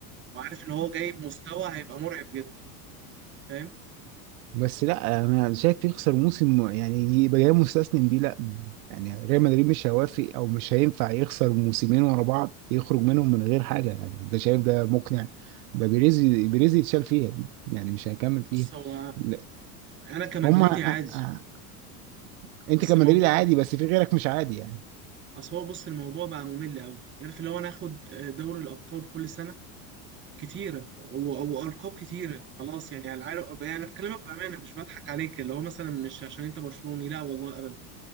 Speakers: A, on the right; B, on the right.
A: وعارف ان هو جاي بمستوى هيبقى مرعب جدا فاهم
B: بس لا انا شايف يخسر موسم يعني يبقى جاي مستسلم دي لا يعني ريال مدريد مش هيوافق او مش هينفع يخسر موسمين ورا بعض يخرج منهم من غير حاجه يعني ده شايف ده مقنع ده بيريز بيريز يتشال فيها دي يعني مش هيكمل فيها
A: بص هو
B: لا،
A: انا كمدريدي
B: هما
A: عادي
B: أ- أ- انت
A: بس
B: كمدريد
A: الموضوع
B: عادي بس في غيرك مش عادي يعني
A: اصل هو بص الموضوع بقى ممل قوي عارف اللي هو ناخد دوري الابطال كل سنة كتيرة و- وألقاب كتيرة خلاص يعني على العارف يعني أنا بكلمك بأمانة مش بضحك عليك اللي هو مثلا مش عشان أنت برشلوني لا والله أبدا